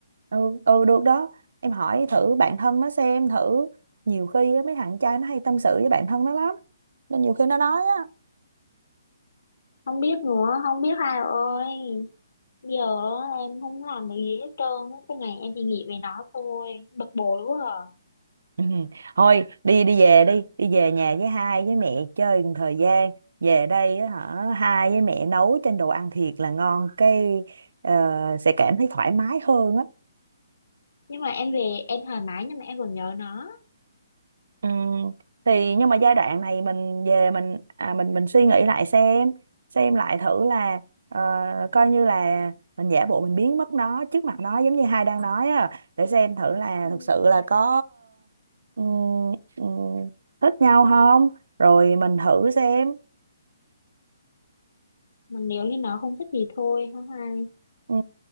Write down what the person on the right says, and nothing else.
ừ ừ, được đó em hỏi thử bạn thân nó xem thử nhiều khi á, mấy thằng trai nó hay tâm sự với bạn thân nó lắm nên nhiều khi nó nói á
<laughs> Ừ. Thôi đi đi về đi đi về nhà với hai với mẹ chơi một thời gian về đây á hả hai với mẹ nấu trên đồ ăn thiệt là ngon cái ờ, sẽ cảm thấy thoải mái hơn á
ừ. thì nhưng mà giai đoạn này mình về mình à, mình mình suy nghĩ lại xem xem lại thử là ờ, coi như là mình giả bộ mình biến mất nó trước mặt nó giống như hai đang nói á để xem thử là
thực sự là có ờ, ừ, ừ, thích nhau không rồi mình thử xem
Ừ,